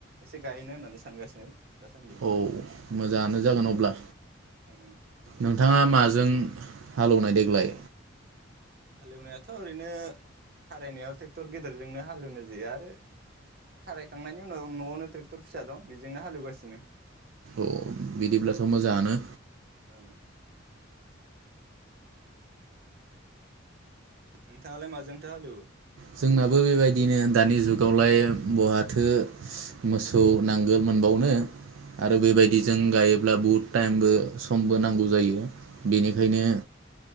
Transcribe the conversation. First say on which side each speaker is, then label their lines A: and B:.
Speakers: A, on the right; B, on the right.
A: एसे गायनो होननानै सानगासिनो। दासान्दि
B: औ मोजाङानो जागोन अब्ला
A: ओं
B: नोंथाङा माजों हालौनाय देग्लाय?
A: हालेवनायाथ' ओरैनो खारायनायाव ट्रेक्टर गेदेरजोंनो हालेवनाय जायो आरो खारायखांनायनि उनाव न'आवनो ट्रेक्टर फिसा दं बेजोंनो हालेवगासिनो।
B: औ बिदिब्लाथ' मोजाङानो।
A: ओं नोंथाङालाय माजोंथ' हालेवो?
B: जोंनाबो बेबायदिनो दानि जुगावलाय बहाथो मोसौ नांगोल मोनबावनो। आरो बेबायदिजों
A: ओं
B: गायोब्ला बुहुत टाइमबो समबो नांगौ जायो। बेनिखायनो
A: ओं